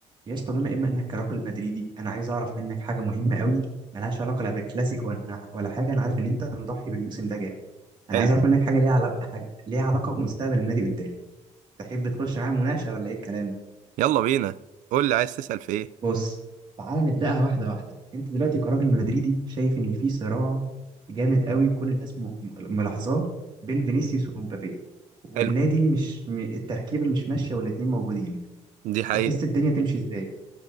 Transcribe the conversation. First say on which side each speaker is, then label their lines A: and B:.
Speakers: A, on the right (about 35°); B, on the right (about 85°).
A: يا اسطى بما إما إنك كراجل مدريدي أنا عايز أعرف منك حاجة مهمة قوي ملهاش علاقة لا بالكلاسيكو ولا ولا حاجة أنا عارف إن أنت مضحي بالموسم ده جامد أنا
B: حلو
A: عايز أعرف منك حاجة ليها علاقة حاجة ليها علاقة بمستقبل النادي قدام تحب تخش معايا مناقشة ولا إيه الكلام؟
B: يلا بينا قول لي عايز تسأل في ايه
A: بص تعال نبدأها واحدة واحدة أنت دلوقتي كراجل مدريدي شايف إن في صراع جامد قوي وكل الناس م- م- ملاحظاه بين فينيسيوس ومبابي والنادي
B: حلو
A: مش م- التركيبة مش ماشية والاتنين موجودين
B: دي حقيقة
A: تحس الدنيا تمشي إزاي؟